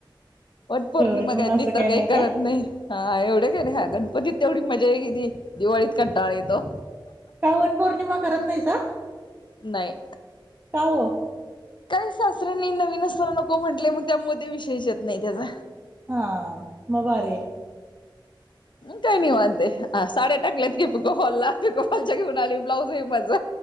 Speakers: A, on the left; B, on the right.
A: वट पौर्णिमा
B: फेवरेट म्हणून
A: काय
B: असं
A: ती तर
B: काही
A: काय
B: नाही
A: करत नाही हा एवढी काय नाही हा गणपतीत तेवढी मजा एक येती दिवाळीत कंटाळा येतो.
B: काय वटपौर्णिमा करत नाहीसा.
A: नाही
B: का ओ
A: काही सासऱ्यांनी नवीन असताना नको म्हंटलय मग त्यामुळ म ते विषयच येत नाही त्याचा
B: हा म भारीय.
A: काय नाही निवांतय ह साड्या टाकल्यात की पिकोफॉलला पिकोफॉलच्या घेऊन आली ब्लाऊज आहे माझ.